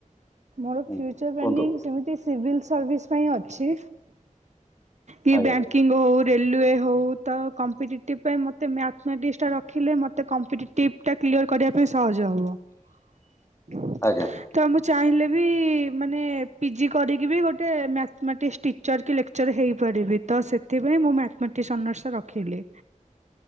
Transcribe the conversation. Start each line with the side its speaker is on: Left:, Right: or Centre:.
Right: ମୋର
Left: ହୁଁ
Right: ଫ୍ୟୁଚର ପ୍ଲାନିଂ
Left: କୁହନ୍ତୁ
Right: ସେମିତି ସିଭିଲ୍ ସର୍ଭିସ୍ ପାଇଁ ଅଛି। କି
Left: ଆଜ୍ଞା
Right: ବ୍ୟାଙ୍କିଙ୍ଗ ହଉ, ରେଲୱେ ହଉ ତ କମ୍ପିେଟିଭ ପାଇଁ ମତେ ମତେ ମ୍ୟାୟାଥେମେଟିକସଟା ରଖିଲେ ମୋତେ କମ୍ପଟେଟିଭ୍ ଟା କ୍ଲିୟର କରିବା ପାଇଁ ସହଜ। ଜ ହବ।
Left: ଆଜ୍ଞା
Right: ତ ଆମ ଚାହିଁଲେ ବି ମାନେ ପିଜି କରିକି ବି ଗୋଟେ ମ୍ୟାଥମେଟିକ୍ସ ଟିଚର୍ କି ଲେକ୍ଚର ହେଇ ପାରିବି ତ ସେଥିପାଇଁ ମୁଁ ମ୍ୟାଥମେଟିକସ ଅନର୍ସ ରଖିଲି।